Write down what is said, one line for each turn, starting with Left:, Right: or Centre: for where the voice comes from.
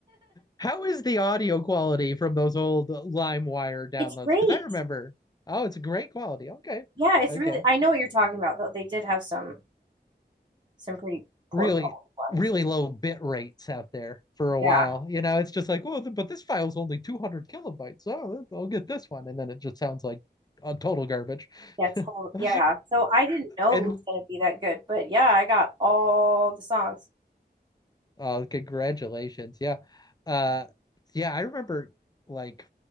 Left: how is the audio quality from those old LimeWire downloads?
Right: <laughs> it's great.
Left: Because I remember, oh, it's great quality. Okay.
Right: Yeah, it's
Left: Okay.
Right: really, I know what you're talking about though. They did have some, some pretty poor
Left: Really,
Right: quality ones.
Left: really low bit rates out there for a
Right: Yeah.
Left: while. You know, it's just like, well, but this file's only 200 kilobytes. Oh, I'll get this one. And then it just sounds like uh, total garbage.
Right: That's whole,
Left: <laughs>
Right: yeah. So I didn't know
Left: And
Right: it was gonna be that good, but yeah, I got all the songs.
Left: uh, congratulations. Yeah. Uh, yeah, I remember like